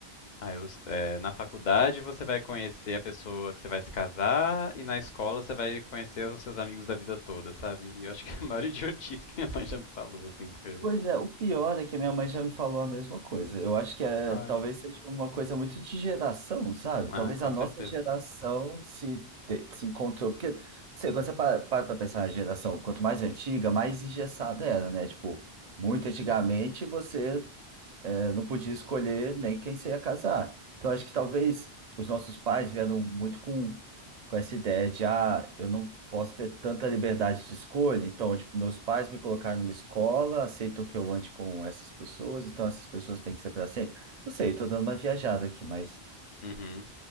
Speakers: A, on the left; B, on the right.
A: Ah, eu, é, na faculdade você vai conhecer a pessoa que você vai se casar e na escola você vai conhecer os seus amigos da vida toda, sabe? E eu acho que é a maior idiotice que minha mãe já me falou, assim, porque.
B: Pois é, o pior é que a minha mãe já me falou a mesma coisa. Eu acho que é,
A: Olha.
B: talvez seja uma coisa muito de geração, sabe?
A: Ah,
B: Talvez
A: com
B: a nossa
A: certeza.
B: geração se, te- se encontrou. Porque, não sei, quando você para para pra pensar na geração, quanto mais antiga, mais engessada era, né? Tipo, muito antigamente você eh, não podia escolher nem quem se ia casar. Então, acho que talvez os nossos pais vieram muito com, com essa ideia de, ah, eu não posso ter tanta liberdade de escolha. Então, tipo, meus pais me colocaram numa escola, aceitam que eu ande com essas pessoas, então essas pessoas têm que ser para sempre. Não sei, estou dando uma viajada aqui, mas
A: Uhum.